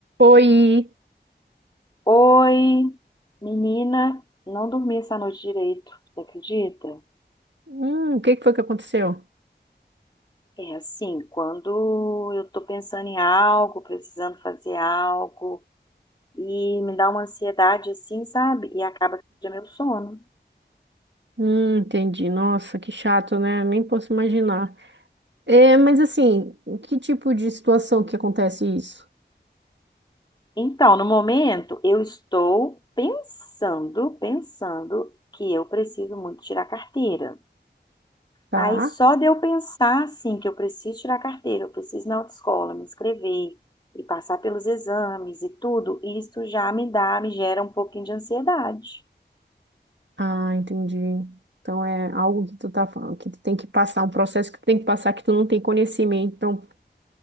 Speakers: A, on the right; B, on the left.
A: Oi.
B: Oi, menina, não dormi essa noite direito, você acredita?
A: Hum, o que que foi que aconteceu?
B: É assim, quando eu tô pensando em algo, precisando fazer algo, e me dá uma ansiedade assim, sabe? E acaba que é meu sono.
A: Hum, entendi. Nossa, que chato, né? Nem posso imaginar. É, mas assim, que tipo de situação que acontece isso?
B: Então, no momento, eu estou pensando, pensando que eu preciso muito tirar carteira.
A: Tá?
B: Aí só de eu pensar assim que eu preciso tirar a carteira, eu preciso ir na autoescola, me inscrever e passar pelos exames e tudo, isso já me dá, me gera um pouquinho de ansiedade.
A: Ah, entendi. Então é algo que tu tá falando, que tu tem que passar, um processo que tu tem que passar que tu não tem conhecimento, então